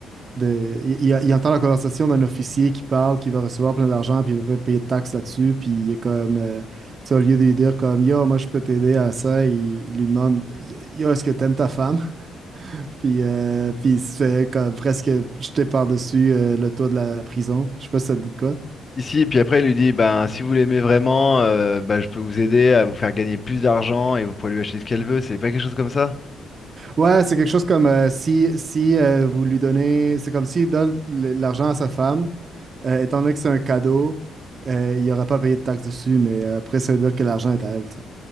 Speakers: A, on the right; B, on the left.
A: de il, il- il entend la conversation d'un officier qui parle, qui va recevoir plein d'argent, puis il veut pas payer de taxes là-dessus, puis il est comme, euh, tu sais, au lieu de lui dire comme, yo, moi je peux t'aider à ça, il, il lui demande, yo, est-ce que t'aimes ta femme? <laughs> Puis, euh, puis il se fait comme presque jeter par-dessus euh, le toit de la, la prison. Je sais pas si ça te dit de quoi.
B: Ici, puis après, il lui dit, ben, si vous l'aimez vraiment, euh, ben, je peux vous aider à vous faire gagner plus d'argent et vous pourrez lui acheter ce qu'elle veut. C'est pas quelque chose comme ça?
A: Ouais, c'est quelque chose comme euh, si, si euh, vous lui donnez, c'est comme s'il donne l- l'argent à sa femme, euh, étant donné que c'est un cadeau, euh, il n'aura pas payé de taxes dessus, mais euh, après, ça veut dire que l'argent est à elle. tu sais.